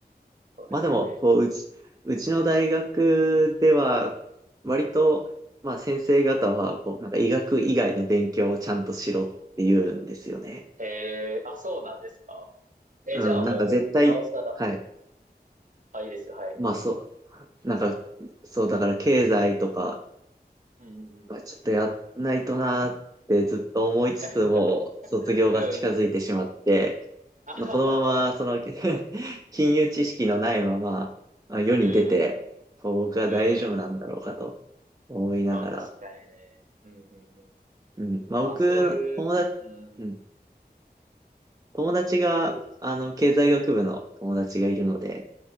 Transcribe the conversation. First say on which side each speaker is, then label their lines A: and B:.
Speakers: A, on the right (about 50°); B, on the right (about 20°).
A: そうですね。
B: まあでも、こう、うち、うちの大学では、割と、
A: うん、
B: まあ先生方は、こう、なんか医学以外の勉強をちゃんとしろって言うんですよね。
A: うん。へえ、あ、そうなんですか。え、
B: うん、
A: じゃあもう、
B: なんか絶対、
A: なおさら、
B: はい。
A: うん。あ、いいですよ、はい。
B: まあそ
A: うん、
B: う、なんか、そう、だから経済とか、
A: うん、うん、うん。
B: まあちょっとやんないとなーってずっと思いつつも、
A: <laughs>
B: 卒業が近づいてしまって、
A: うん、<laughs> うん。あははは
B: このまま、その、<laughs> 金融知識のないまま、あ世に出て、
A: うん、うん、
B: こう僕は大丈夫なんだろうかと
A: うん。うん
B: 思いながら。
A: まあ確かにね。うんうんうん。
B: うん。まあ、
A: まあそういう、
B: 僕、友達、
A: うん、
B: うん。友達が、
A: でも、
B: あの、
A: うん、
B: 経済学部の友達がいるので、